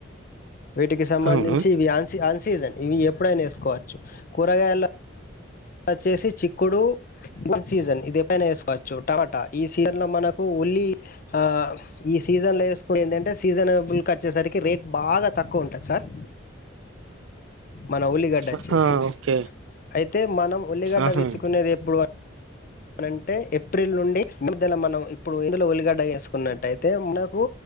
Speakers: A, on the left; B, on the right.
A: వీటికి సంబంధించి
B: అవును
A: వీయ్యాన్సీ అన్సీ సీజన్ ఇవి ఎప్పుడైనా వేసుకోవచ్చు కూరగాయల్లో వచ్చేసి చిక్కుడు వన్ సీజన్ ఇది ఎప్పుడైనా వేసుకోవచ్చు టమాటా ఈ సీజన్ లో మనకు ఉల్లి ఆ ఈ సీజన్ లో వేసుకుని ఏందంటే సీజనబుల్కి వచ్చేసరికి రేట్ బాగా తక్కువ ఉంటది సార్ మన ఉల్లిగడ్డ వచ్చేసి
B: ఆహా ఓకే
A: అయితే అయితే మనం ఉల్లిగడ్డ
B: ఆహా
A: పెత్తుకునేది ఎప్పుడు అ అనంటే ఏప్రిల్ నుండి మద్దల మనం ఇప్పుడు ఎండలో ఉల్లి గడ్డ వేసుకున్నట్టయితే అయితే మనకు